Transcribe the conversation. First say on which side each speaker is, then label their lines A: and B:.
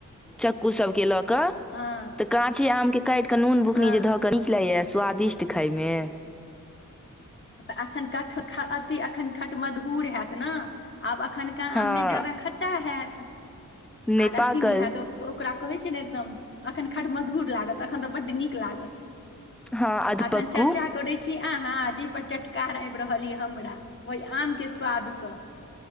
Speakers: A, in the centre; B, on the left.
A: चक्कू सभकेँ लऽ कऽ।
B: हँ
A: तऽ काँचे आम के काटि केऽ नून बुकनी
B: हँ
A: जे धऽ के नीक लागेया स्वादिष्ट खाायं में
B: तऽ एखन खट अथि अखन खट मधुर हैत न आब अखननका
A: हँ
B: आम नहि जादा खट्टा हयत
A: नहि
B: आर
A: पाकल
B: अथी न होयत ओकरा कहै छै एकदम अखन खट मधुर लागत अखन तऽ बड्ड नीक लागत
A: हँ अधपक्कू
B: अखन चर्चा करै छी अह आ जी पर चटकार आबि रहल यए हमरा ओहि आम के स्वादसँ